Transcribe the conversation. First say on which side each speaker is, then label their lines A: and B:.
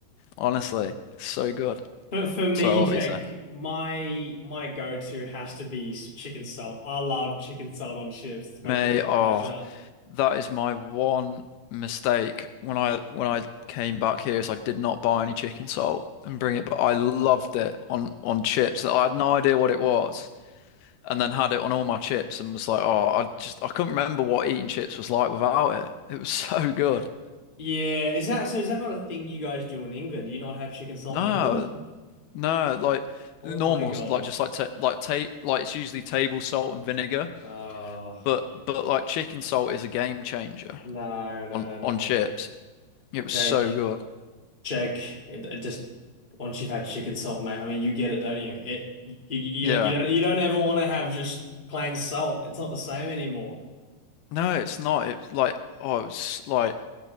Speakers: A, on the left; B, on the left.
A: Honestly. It's so good.
B: for for me,
A: Sorry, what
B: Jake,
A: were you saying?
B: my my go-to has to be chicken salt. I love chicken salt on chips. It's my
A: Mate,
B: guilty
A: oh
B: pleasure.
A: That is my one mistake when I when I came back here is I did not buy any chicken salt and bring it, but I loved it on on chips. I had no idea what it was, and then had it on all my chips and was like, oh, I just I couldn't remember what eating chips was like without it. It was <laughs> so good.
B: Yeah, is that so? Is that not a thing you guys do in England? Do you not have chicken salt
A: No,
B: in England?
A: no, like
B: Oh
A: normals,
B: my God.
A: like just like ta like ta like it's usually table salt and vinegar,
B: Oh,
A: but but like chicken salt is a game changer
B: no, no,
A: on
B: no, no.
A: on chips. It was
B: Jake,
A: so good.
B: Jake, it, it just once you've had chicken salt, mate, I mean, you get it, don't you? It you, you
A: Yeah.
B: don't you don't you don't ever want to have just plain salt. It's not the same anymore.
A: No, it's not. It's like, oh, it's like,